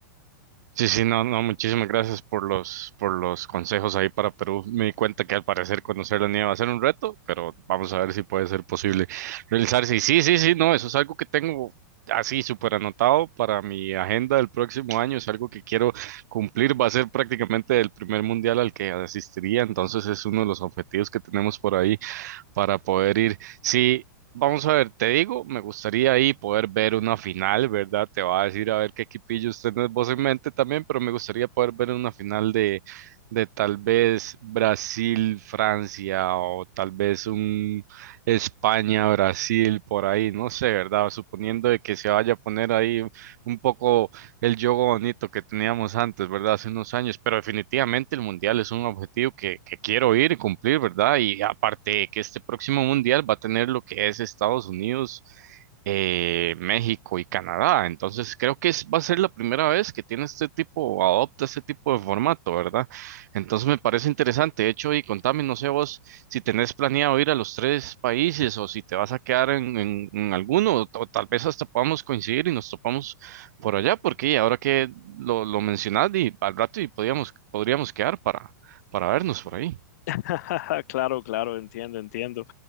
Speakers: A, on the right; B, on the left.
A: Sí, sí, no, no, muchísimas gracias por los, por los consejos ahí para Perú. Me di cuenta que al parecer conocer la nieve va a ser un reto, pero vamos a ver si puede ser posible realizarse. Y sí, sí, sí, no, eso es algo que tengo así súper anotado para mi agenda del próximo año. Es algo que quiero cumplir. Va a ser prácticamente el primer mundial al que asistiría, entonces es uno de los objetivos que tenemos por ahí para poder ir. Sí, vamos a ver, te digo, me gustaría ahí poder ver una final, ¿verdad? Te va a decir a ver qué equipillo usted vos en mente también, pero me gustaría poder ver una final de, de tal vez Brasil, Francia o tal vez un España, Brasil, por ahí, no sé, ¿verdad? Suponiendo de que se vaya a poner ahí un poco el juego bonito que teníamos antes, ¿verdad? Hace unos años, pero definitivamente el mundial es un objetivo que, que quiero ir y cumplir, ¿verdad? Y aparte que este próximo mundial va a tener lo que es Estados Unidos, eh, México y Canadá, entonces creo que es- va a ser la primera vez que tiene este tipo, adopta este tipo de formato, ¿verdad? Entonces me parece interesante, de hecho, y contame, no sé vos si tenés planeado ir a los tres países o si te vas a quedar en, en- en alguno, o, o tal vez hasta podamos coincidir y nos topamos por allá, porque ahora que lo, lo mencionas, di, al rato y podíamos, podríamos quedar para, para vernos por ahí.
B: <laughs> Claro, claro, entiendo, entiendo.